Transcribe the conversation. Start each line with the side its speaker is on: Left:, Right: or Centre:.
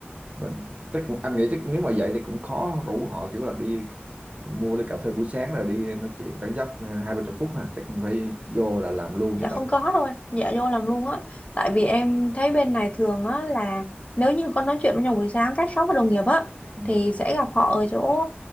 Right: mình chắc anh nghĩ chắc nếu mà vậy thì cũng khó rủ họ kiểu là đi mua ly cà phê buổi sáng rồi đi nói chuyện tán dóc ờ, hai ba chục phút ha chắc cũng phải vô là làm luôn chứ
Left: Dạ
Right: đâu
Left: không có đâu anh, dạ vô làm luôn á. Tại vì em thấy bên này thường á là nếu như có nói chuyện với nhau buổi sáng các shop và đồng nghiệp á
Right: Ừ.
Left: thì sẽ gặp họ ở chỗ